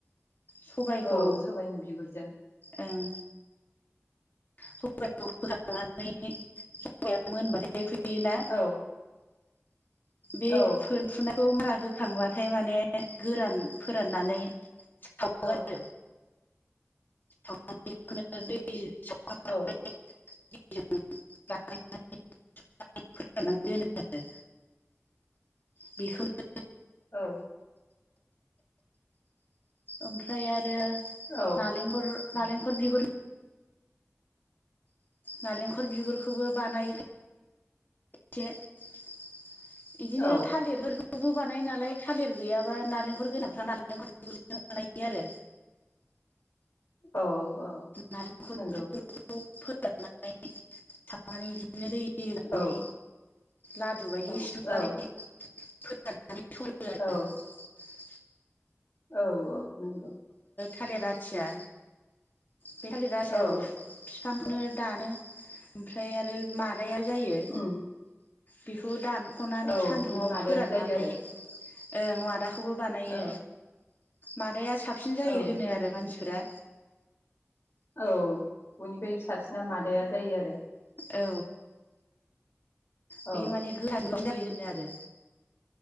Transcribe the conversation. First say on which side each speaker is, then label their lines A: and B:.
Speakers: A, on the left (about 45°); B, on the left (about 65°).
A: सबाइखौ
B: औ सबायनि बिगुरजों
A: ओं सबायखौ बोखांनानै मोनबाथाइ फैयोना
B: औ
A: बे
B: औ
A: फोन फुनायखौ मा होखांबाथाय माने गोरान फोराननानै सावो
B: औ
A: आरो औ खो ना सफ जि ज बानायनानै
B: औ
A: फोराननानै दोनो आरो बेखौनो
B: औ
A: ओमफ्राय आरो
B: औ
A: नालेंखर नारेंखर बिगुर नारेंखल बिगुरखौबो बानायोखा थेसे बिदिनो
B: औ
A: थालिरफोरखौ खौबो बानाय नालाय थालिर गैयाबा नालेंखर गोनांफ्रा नालेंखर बिगुरजोंबो बानायो आरो
B: औ औ
A: नालेंखर
B: नंगौ
A: बिगुरजोंबो फोराननानै सावनानै बिदिनो दै होनानै
B: औ
A: ला दु बायदि सिथुमनानै
B: औ औ
A: <unintelligible> <unintelligible>
B: औ औ नोंगौ
A: थालिराथिया बे थालिर आथियाखौ
B: औ
A: फिफांखौनो दानो ओमफ्राय आरो मा <unintelligible> या जायो
B: उम
A: बिखौ दान स'नानै
B: औ
A: सान्दुंआव
B: बिनि मादायाबो
A: फोराननानै
B: जायो आरो
A: ओं मादा खौबो बानायो
B: औ
A: मादाया साबसिन जायो
B: औ
A: होनो आरो मानसि सोदोआ
B: औ बयनिफाय साबसिना मादाया जायो आरो
A: औ बे
B: औ
A: माने <unintelligible> होनो आरो